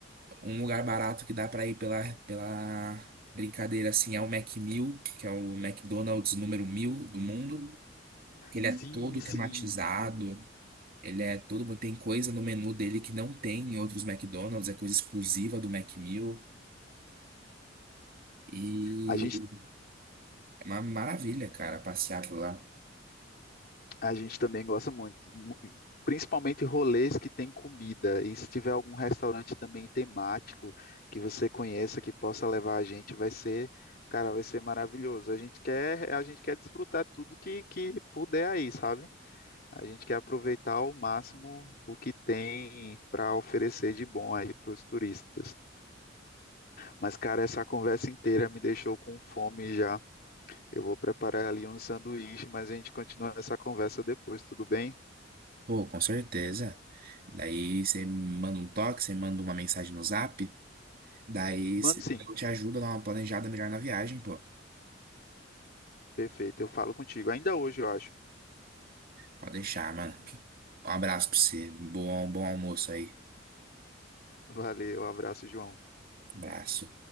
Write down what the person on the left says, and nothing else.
Sim,
sim.
A gente,
a gente também gosta muito. Mu- Principalmente rolês que tem comida. E se tiver algum restaurante também temático que você conheça, que possa levar a gente, vai ser, cara, vai ser maravilhoso. A gente quer, a gente quer desfrutar tudo que, que puder aí, sabe? A gente quer aproveitar ao máximo o que tem para oferecer de bom aí para os turistas. Mas, cara, essa conversa inteira me deixou com fome já. Eu vou preparar ali um sanduíche, mas a gente continua essa conversa depois, tudo bem?
Mano,
sim,
perfeito. Eu falo contigo ainda hoje, eu acho.
Valeu, abraço, João.